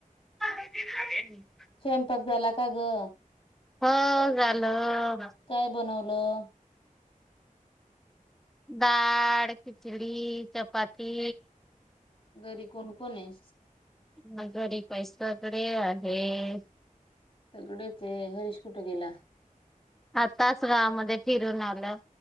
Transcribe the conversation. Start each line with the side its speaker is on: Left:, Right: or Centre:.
Centre: <inaudible>
Left: स्वयंपाक झाला का ग.
Centre: हो झालं.
Left: काय बनवलं
Centre: डाळ, खिचडी, चपाती
Left: घरी कोण कोण आहे.
Centre: म घरी बाई सगळे आहेत.
Left: सगळेच हे हरीश कुठ गेला.
Centre: आताच गावामध्ये फिरून आलं